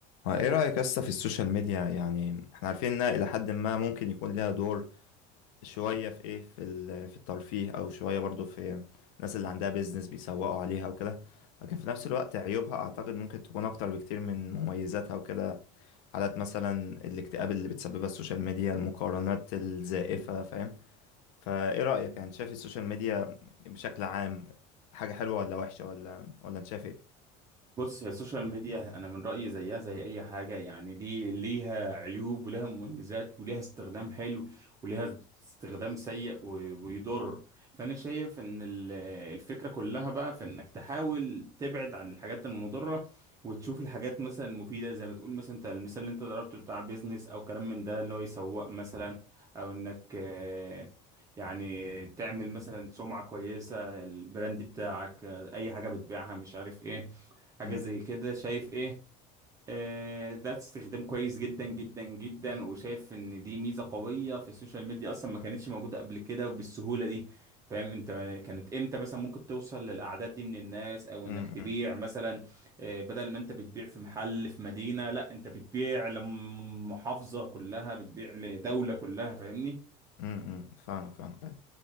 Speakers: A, on the left; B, on the right.
A: اه، ايه رأيك اصلا في السوشيال ميديا يعني احنا عارفين انها الى حد ما ممكن يكون لها دور شوية في ايه في ال- في الترفيه او شوية برضو في الناس اللي عندها بيزنس بيسوقوا عليها وكده لكن في نفس الوقت عيوبها اعتقد ممكن تكون اكتر بكتير من مميزاتها وكده حالات مثلا الاكتئاب اللي بتسببها السوشيال ميديا المقارنات الزائفة فاهم فايه رأيك يعني شايف السوشيال ميديا بشكل عام حاجة حلوة ولا وحشة ولا ولا انت شايف ايه؟
B: بص هي السوشيال ميديا انا من رايي زيها زي اي حاجه يعني دي ليها عيوب ولها مميزات وليها استخدام حلو وليها استخدام سيء و- ويضر فانا شايف ان ال- الفكره كلها بقى في انك تحاول تبعد عن الحاجات المضره وتشوف الحاجات مثلا المفيده زي ما تقول مثلا انت المثال اللي انت ضربته بتاع بيزنس او كلام من ده اللي هو يسوق مثلا او انك آه، يعني تعمل مثلا سمعه كويسه البراند بتاعك آه، اي حاجه بتبيعها مش عارف ايه حاجة
A: امم
B: زي كده شايف ايه آه ده استخدام كويس جدا جدا جدا وشايف ان دي ميزة قوية في السوشيال ميديا اصلا ما كانتش موجودة قبل كده وبالسهولة دي فاهم انت كانت امتى مثلا ممكن توصل للاعداد دي من الناس او
A: امم
B: انك تبيع مثلا آه بدل ما انت بتبيع في محل في مدينة لا انت بتبيع لمحافظة كلها بتبيع لدولة كلها فاهمني
A: امم فاهمك فاهمك